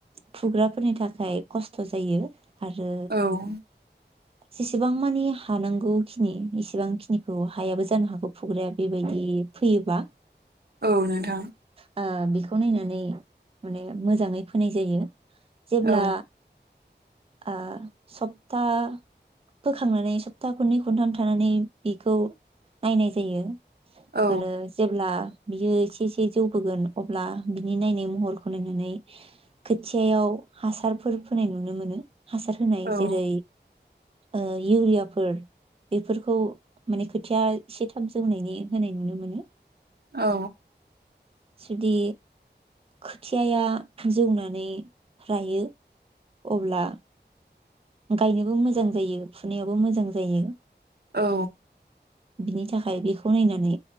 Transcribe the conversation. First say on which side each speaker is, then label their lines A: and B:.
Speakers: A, on the right; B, on the right.
A: फुग्राफोरनि थाखाय खस्थ' जायो। आरो
B: औ
A: जेसेबां मानि हानांगौखिनि एसेबांखिनिखौ हायाबो जानो हागौ फुग्राया बेबायदि फैयोबा।
B: औ नोंथां।
A: आ बेखौ नायनानै माने मोजाङै फोनाय जायो। जेब्ला
B: औ
A: आ सप्ता फोखांनानै सप्ता खननै खनथाम थानानै बेखौ नायनाय जायो।
B: औ
A: आरो जेब्ला बेयो इसेसे बेजौबोगोन अब्ला बिनि नायनाय महरखौ नायनानै खोथियायाव हासारफोर फोनाय नुनो मोनो। हासार होनाय
B: औ
A: जेरै ओ इउरियाफोर बेफोरखौ माने खोथिया एसे थाम जौनायनि होनाय नुनो मोनो।
B: औ
A: जुदि खोथियाया जौनानै रायो अब्ला गायनोबो मोजां जायो फुनायावबो मोजां जायो।
B: औ
A: बिनि थाखाय बेखौ नायनानै